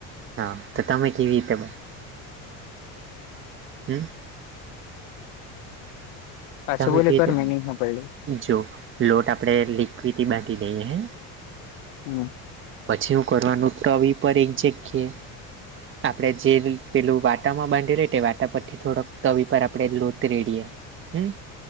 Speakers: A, on the right (about 35°); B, on the left (about 70°).
A: હા, તો તમે કેવી રીતે બન, હમ્મ
B: પાછું
A: તમે
B: બોલે
A: કે
B: એક
A: રીતે
B: વાર મે નહી હાંભડયું.
A: જો લોટ આપણે લિક્વિટી બાંધી દઈએ હે.
B: હમ્મ
A: પછી શું કરવાનું? તવી પર એક જગ્યા. આપણે જેવી પેલું વાટામાં બાંધે રેટે, તે વાટા પરથી થોડક તવી પર આપણે લોત રેડીએ. હમ્મ,